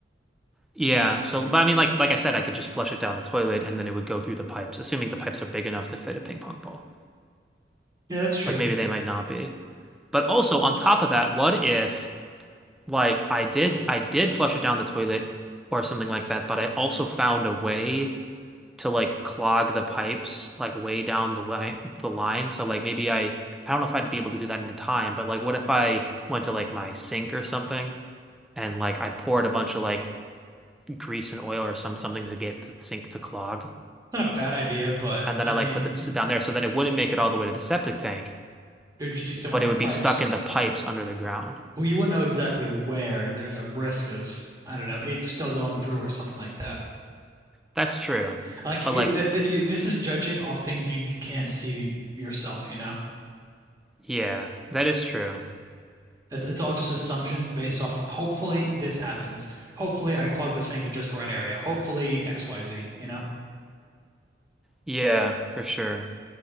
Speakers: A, in the centre; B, on the right (about 20°).
A: yeah. So, but I mean, like, like I said, I could just flush it down the toilet and then it would go through the pipes, assuming the pipes are big enough to fit a ping pong ball.
B: Yeah, that's true.
A: Like maybe they might not be. But also on top of that, what if like I did I did flush it down the toilet or something like that, but I also found a way to like clog the pipes like way down the line the line. So like maybe I I don't know if I'd be able to do that in time, but like what if I went to like my sink or something and like I poured a bunch of like grease and oil or some something to get the sink to clog
B: It's not a bad idea, but
A: and then
B: I
A: I
B: mean,
A: like put it
B: y-
A: down there so that it wouldn't make it all the way to the septic tank,
B: there'd just be somewhere
A: but
B: in
A: it
B: your
A: would
B: pipes.
A: be stuck in the pipes under the ground.
B: Well, you wouldn't know exactly where, and there's a risk of, I don't know, it still going through or something like that.
A: That's true.
B: Like
A: But
B: it,
A: like,
B: that, that you, this is judging off things you you can't see yourself, you know?
A: Yeah, that is true.
B: It's it's all just assumptions based off of hopefully this happens. Hopefully I clog the sink in just the right area. Hopefully XYZ, you know?
A: Yeah, for sure.